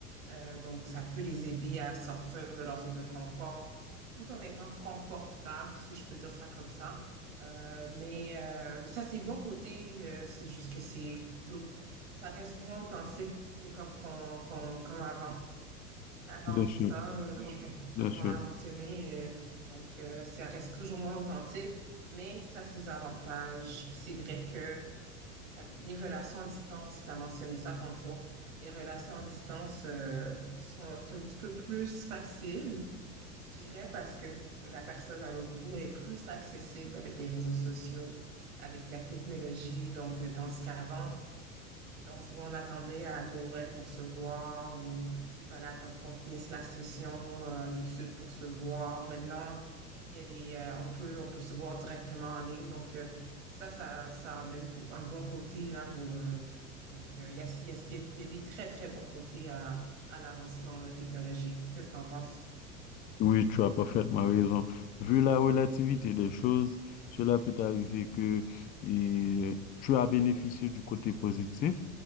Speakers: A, on the right (about 70°); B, on the left (about 20°).
A: euh, donc, ça peut les aider à sortir de leur zone de confort tout en étant confortable, si je peux dire ça comme ça. Euh, mais euh, ça, c'est bon côté. euh, c'est juste que c'est l'autre. Ça reste moins authentique que comme, qu'on, qu'on- comme avant. Avant,
B: Bien
A: c'est
B: sûr.
A: ça, euh, comme,
B: Bien
A: comme
B: sûr.
A: qu'on l'a mentionné. euh, donc, euh, ça reste toujours moins authentique, mais ça, c'est avantages. Puis C'est vrai que ça- les relations à distance, tu as mentionné ça tantôt. Les relations à distance euh, sont un petit peu plus faciles, je dirais, parce que la personne à l'autre bout est plus accessible avec les réseaux sociaux, avec la technologie. Donc, euh, tandis qu'avant, c'était, on, soit on attendait à Noël pour se voir ou il fallait attendre qu'on finisse la session euh, d'études pour se voir. Maintenant, il y a les, euh, on peut, on peut se voir directement en ligne. Donc, euh, ça, ça, ça amène bo- un bon côté là. pour, euh, donc, euh, il y a, il y a- il y a- il y a des très, très bons côtés à, à l'avancement de la technologie. Qu'est-ce que tu en penses?
B: Oui, tu as parfaitement raison. Vu la relativité des choses, cela peut arriver que et, tu as bénéficié du côté positif